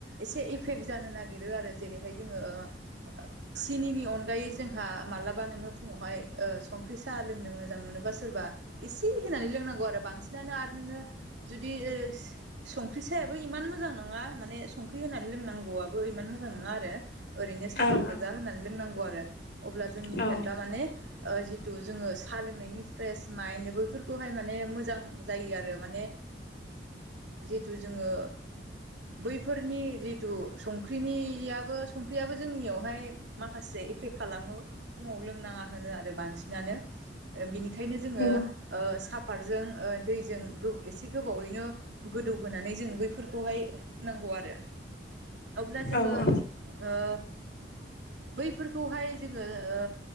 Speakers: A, on the right (about 75°); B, on the left (about 65°).
A: एसे इफेक्ट जानो नागिरो आरो जेरैहाय जोङो ओ सिनिनि अनगायै जोंहा मालाबा नोङो फुङावहाय संख्रि साहा लोंनो मोजां मोनोबा सोरबा इसे होनानै लोंनांगौ आरो बांसिनानो आरो नोङो जुदि संख्रि सायाबो इमान मोजां नङा माने संख्रि होनानै लोंनांगौआबो इमान मोजां नङा आरो ओरैनो सापाद
B: ओं
A: गोजा होनानै लोंनांगौ आरो अब्ला जोंनि
B: औ
A: हेल्था माने ओ जिथु जोङो साहा लोंनायनि फ्रेस माइन्द बैफोरखौहाय माने मोजां जायो आरो माने जिहेथु जोङो बैफोरनि जितु संख्रिनियाबो संख्रियाबो जोंनियावहाय माखासे इफेक्ट खालामो फुङाव लोंनाङा होनो आरो बांसिनानो ओ बिनि खायनो जोङो
B: नंगौ
A: ओ साफातजों ओ दैजों एसे गोबावैनो गोदौहोनानै जों बैफोरखौहाय होनांगौ आरो अब्ला जोङो
B: औ
A: ओ
B: औ
A: बैफोरखौहाय जोङो ओ